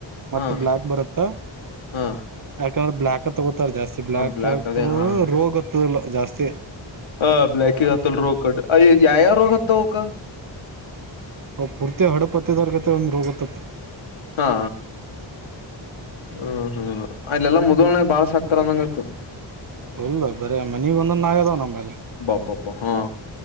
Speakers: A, on the right; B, on the left.
A: ಮತ್ತ
B: ಹಾ
A: ಬ್ಲಾಕ್ ಬರುತ್ತ
B: ಹಾ
A: ಯಾಕಂದ್ರ ಬ್ಲಾಕ್ ತಗೋತಾರ ಜಾಸ್ತಿ ಬ್ಲಾಕ್
B: ಹ
A: ಆ
B: ಅದೇ
A: ತಗೋ
B: ಹಾ ಹಾ
A: ರೋಗ್ತ್ತಲ್ಲ ಜಾಸ್ತಿ
B: ಹ ಬ್ಲಾಕಿಗಿ ಹತ್ತಲ್ ರೋಗ ಕರೆಕ್ಟ್ ಅಯ ಯಾವ ಯಾವ ರೋಗ ಹತ್ತವ ಅವಕ್ಕ
A: ಹ್ ಪೂರ್ತಿ ಹಡಪತ್ತೆದಾರ್ಕತೆ ಒಂದ್ ರೋಗತ್ತತ್
B: ಹಾ ಹ್ಮ್ ಹ್ಮ್ ಅಲ್ಲಲಾ ಮುದೋಳನ್ಯಾಗ ಬಾಳ ಸಾಕ್ತಾರ ಅಂದಂಗ ಆಯತು
A: ಎಲ್ಲೋ ಬರೆ ಮನೆಗೊಂದುಂದು ಆಗದೋ ನಂಬಲ್ಲೀ.
B: ಬಾ ಬಬ ಹಾ